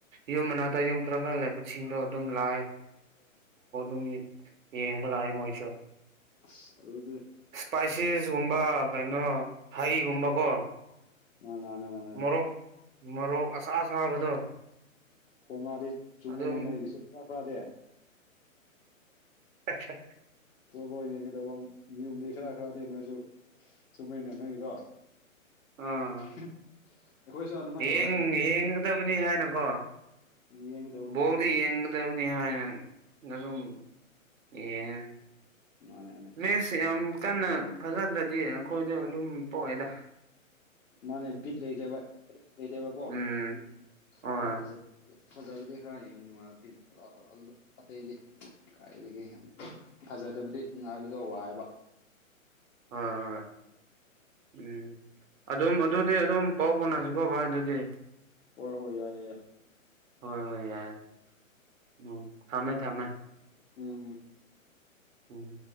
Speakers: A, on the right; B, on the left.
A: ꯌꯨꯝ ꯃꯅꯥꯛꯇ ꯌꯨꯝ ꯈꯔ- ꯈꯔ ꯂꯩꯕꯁꯤꯡꯗꯣ ꯑꯗꯨꯝ ꯂꯥꯛꯑꯦ ꯑꯗꯨꯝ ꯌꯦꯡꯕ ꯂꯥꯛꯑ ꯃꯣꯏꯁꯨ
B: ꯑꯁ ꯑꯗꯨꯗꯤ
A: ꯏꯁꯄꯥꯏꯁꯦꯁꯒꯨꯝꯕ ꯀꯩꯅꯣ ꯍꯩꯒꯨꯝꯕꯀꯣ
B: <unintelligible>
A: ꯃꯣꯔꯣꯛ ꯃꯣꯔꯣꯛ ꯑꯁꯥ ꯑꯁꯥꯕꯗꯣ
B: ꯐꯧꯅꯥꯗꯤ ꯆꯨꯝꯃꯦꯅꯦ
A: ꯑꯗꯨꯝ
B: ꯅꯣꯏꯒꯤ ꯈꯔꯥ ꯈꯔꯥꯗꯤ
A: <unintelligible>
B: ꯐꯨꯠꯕꯣꯜ ꯌꯦꯡꯒꯗꯕ ꯅꯤꯌꯣꯝꯗꯤ ꯈꯔ ꯈꯔꯗꯤ ꯅꯣꯏꯁꯨ ꯆꯨꯝꯃꯦꯅꯦ ꯅꯣꯏꯗꯣ
A: ꯑꯥ
B: <unintelligible>
A: ꯌꯦꯡ
B: ꯇꯧꯋꯦ
A: ꯌꯦꯡꯒꯗꯕꯅꯤ ꯍꯥꯏꯅꯀꯣ
B: <unintelligible>
A: ꯕꯣꯜꯗꯤ ꯌꯦꯡꯒꯗꯕꯅꯤ ꯍꯥꯏꯅ ꯑꯗꯨꯝ ꯌꯦꯡꯉꯦ
B: ꯃꯥꯅꯦ ꯃꯥꯅꯦ
A: ꯃꯦꯁ ꯌꯥꯝ ꯀꯟꯅ ꯐꯖꯗ꯭ꯔꯗꯤ ꯑꯩꯈꯣꯏꯗ ꯑꯗꯨꯝ ꯇ‌ꯣꯛꯑꯦꯗ
B: ꯃꯥꯅꯦ ꯕꯤꯠ ꯂꯩꯇꯦꯕ ꯂꯩꯇꯦꯕꯀꯣ
A: ꯎꯝ ꯍꯣꯏ
B: ꯈꯔ ꯐꯖ ꯐꯖꯕꯗꯤ ꯈꯔ ꯌꯦꯡꯕ ꯅꯨꯡꯉꯥꯏꯔ ꯑꯇꯩꯗꯤ ꯑꯗꯨ ꯑꯇꯩꯗꯤ ꯀꯥꯏꯗꯒꯤ ꯐꯖꯗꯕꯤꯗꯤ ꯉꯥꯏꯕꯗꯣ ꯋꯥꯏꯌꯦꯕ
A: ꯍꯣꯏ ꯍꯣꯏ ꯎꯝ ꯑꯗꯨꯝ ꯑꯗꯨꯗꯤ ꯑꯗꯨꯝ ꯄꯥꯎ ꯐꯥꯎꯅꯁꯤꯀꯣ ꯚꯥꯏ ꯑꯗꯨꯗꯤ
B: ꯍꯣꯏ ꯍꯣꯏ ꯌꯥꯏ ꯌꯥꯏ
A: ꯍꯣꯏ ꯍꯣꯏ ꯌꯥꯏ ꯎꯝ ꯊꯝꯃꯦ ꯊꯝꯃꯦ
B: ꯎꯝ
A: ꯎꯝ